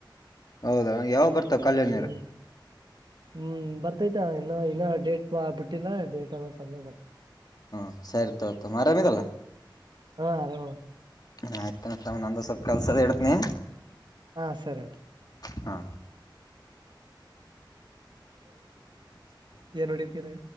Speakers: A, on the left (about 50°); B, on the right (about 65°).
A: ಹೌದಾ ಯಾವ ಬರ್ತಾವ ಕಾಲ್ವೇ ನೀರು
B: ಹ್ಮ್. ಹ್ಮ್ ಬರ್ತೈತಾ ಇನ್ನ ಇನ್ನ ಡೇಟ್ ಬಿಟ್ಟಿಲ್ಲ ಡ ಡೇ ಹಾವರ್ಸಾಲ್ಲಿ
A: ಹ್ಮ ಸರಿತತ ಆರಾಮಿದಲ್ಲ
B: ಹಾ ಆರಾಮ
A: ಹ ಆಗ್ತಾ ಇರ್ತ ನಂದ ಸ್ಲ್ಪ ಕಲ್ಸದ ಹೇತನಿ
B: ಹಾ ಸರಿ
A: ಹಾ
B: ಏನ್ ನಡೀತಿದೆ